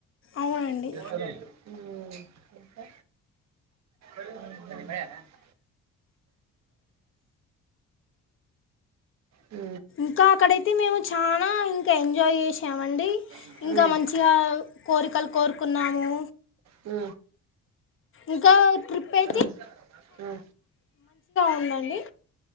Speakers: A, on the left; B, on the right.
A: అవునండి
B: కూడా ఉ ఇంకా ఉ ఉ ఉ
A: ఇంకా అక్కడ అయితే మేము చానా ఇంకా ఎంజాయ్ చేసామండి
B: ఉమ్
A: ఇంగా మంచిగా కోరికల్ కోరుకున్నాము.
B: ఉ
A: ఇంకా ట్రిప్ ఐ
B: అ అ
A: ఉందండి